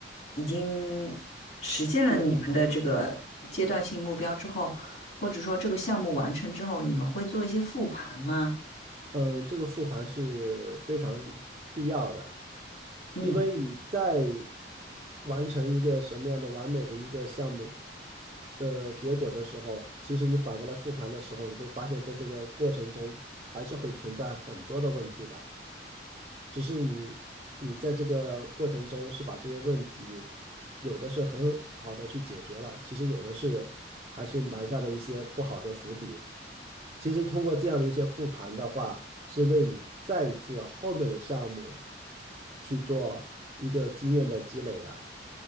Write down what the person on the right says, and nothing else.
嗯。
嗯，这个复盘是非常必要的，
因为你在完成一个什么样的完美的一个项目的结果的时候，其实你反过来复盘的时候，你会发现在这个过程中还是会存在很多的问题的，只是你你在这个过程中是把这些问题。有的是很好的去解决了，其实有的是还是埋下了一些不好的伏笔。其实通过这样的一些复盘的话，是为你再一次后面的项目去做一个经验的积累的。